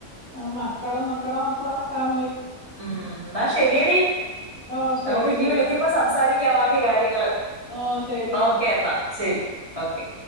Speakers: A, on the left; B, on the right.
A: ആഹ് മക്കളും മക്കടെ മക്കളൊക്കെ കാണു
B: മ് ന്നാ ശെരിയെടി
A: ഓ ശരി
B: നമ്മകിനി
A: ശരി
B: വിളിക്കുമ്പോ സംസാരിക്കാം ക്കെ കാര്യങ്ങള്
A: ഓ ശരി
B: ഓക്കേ എന്നാ ശെരി ഓക്കേ